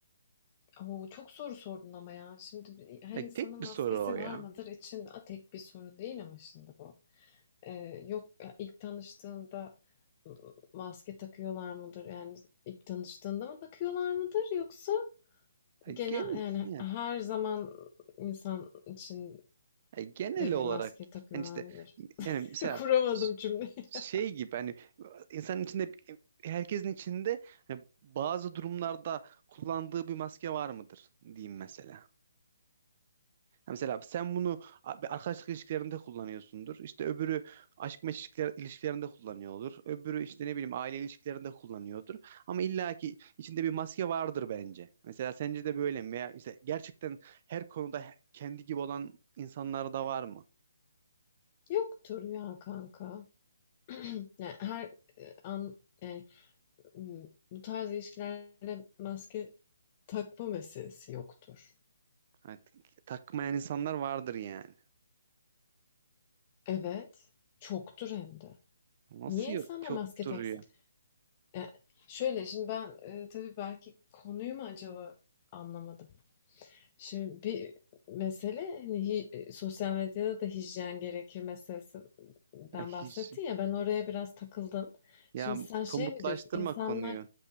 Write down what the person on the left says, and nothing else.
Oo, çok soru sordun ama ya. Şimdi bir- her
insanın
maskesi
var mıdır için a, tek bir soru değil ama şimdi bu. Eee, yok, ya, ilk tanıştığında maske takıyorlar mıdır? Yani ilk tanıştığında mı takıyorlar mıdır yoksa
genel
yani her zaman insan için
de
bir maske takıyorlar
mıdır?
<laughs> Kuramadım
cümleyi.
<laughs>
Yoktur ya kanka. <clears throat> Yani her, eee, an yani, ımm, bu tarz ilişkilerde maske takma meselesi yoktur.
Evet, çoktur hem de.
Niye
insanlar
maske
taksın? Ya, şöyle, şimdi ben, eee, tabii belki konuyu mu acaba anlamadım? Şimdi bir mesele, hani, hi eee, sosyal medyada da hijyen gerekir meselesinden
bahsettin ya, ben oraya biraz takıldım.
Şimdi sen
şey mi diyorsun, insanlar